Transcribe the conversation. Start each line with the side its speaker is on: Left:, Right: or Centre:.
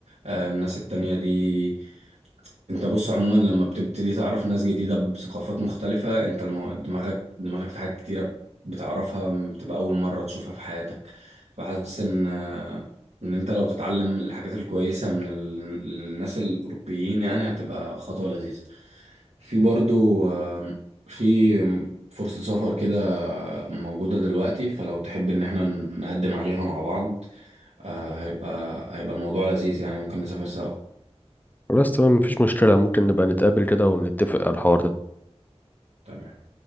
Right: آه، الناس التانية دي انت بص عموما لما بتبتدي تعرف ناس جديدة بثقافات مختلفة انت المو... دماغك دماغك في حاجات كتيرة بتعرفها بتبقى أول مرة تشوفها في حياتك فحاسس ان ان انت لو تتعلم الحاجات الكويسة من ال... الناس الأوروبيين يعني هتبقى خطوة لذيذة في برضو آم، في فرصة سفر كده موجودة دلوقتي فلو تحب ان احنا نقدم عليها مع بعض آه، هيبقى هيبقى الموضوع لذيذ يعني ممكن نسافر سوا
Left: بس تمام مفيش مشكله ممكن نبقى نتقابل كده ونتفق على الحوار ده
Right: تمام